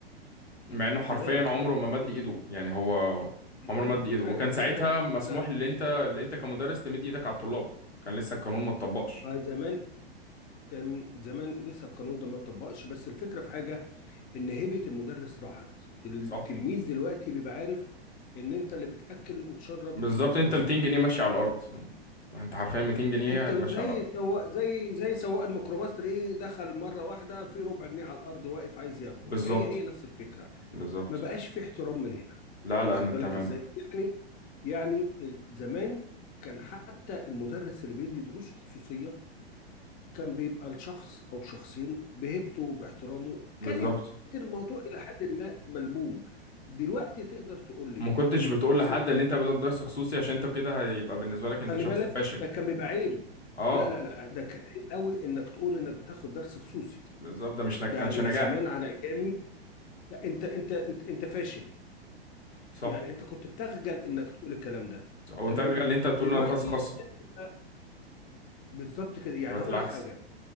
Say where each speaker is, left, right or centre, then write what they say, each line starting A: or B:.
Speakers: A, on the left; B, on the left.
A: مع انه حرفيا
B: تمام كلام
A: عمره
B: جميل
A: ما مد
B: جدا
A: ايده يعني هو
B: الفكرة
A: عمره ما مد ايده وكان
B: الفكرة
A: ساعتها
B: الفكرة
A: مسموح اللي
B: الفكرة
A: انت اللي انت كمدرس تمد ايدك على الطلاب كان لسه القانون ما اتطبقش
B: ما زمان كان زمان لسه القانون ده ما اتطبقش بس الفكرة في حاجة ان هيبة المدرس راحت التلميذ
A: صح
B: دلوقتي بيبقى عارف ان انت اللي بتأكل وتشرب
A: بالظبط
B: المدرس
A: انت 200
B: ده
A: جنيه ماشي على الارض انت حرفيا 200 جنيه
B: انت
A: ماشي
B: زي
A: على الارض
B: سواق زي زي سواق الميكروباص تلاقيه دخل مره واحده في ربع جنيه على الارض واقف عايز ياخده
A: بالظبط
B: فهي هي نفس الفكره
A: بالظبط
B: ما بقاش في احترام من هنا
A: لا
B: واخد
A: لا ان
B: بالك
A: تمام
B: ازاي يعني يعني زمان كان حتى المدرس اللي بيدي دروس خصوصيه كان بيبقى الشخص او شخصين بهيبته وباحترامه
A: بالظبط
B: كانت الموضوع الى حد ما ملموم دلوقتي تقدر تقول لي
A: ما كنتش
B: انت لما
A: بتقول
B: تروح
A: لحد
B: سنتر
A: ان انت بدأت درس خصوصي عشان انت كده هيبقى بالنسبه لك انت
B: خلي
A: شخص
B: بالك
A: فاشل
B: ده كان بيبقى عيب
A: اه
B: لا لا لا ده كان عيب قوي انك تقول انك بتاخد درس خصوصي
A: بالظبط ده مش ن- كانش
B: يعني
A: نجاح
B: زمان على ايامي لا انت انت انت انت فاشل
A: صح
B: يعني انت كنت بتخجل انك تقول الكلام ده
A: او
B: تمام
A: تغير اللي انت بتقول
B: دلوقتي
A: انا مدرسه خاصه
B: انت بالظبط كده يعني
A: دلوقتي
B: هقول
A: العكس
B: لك حاجه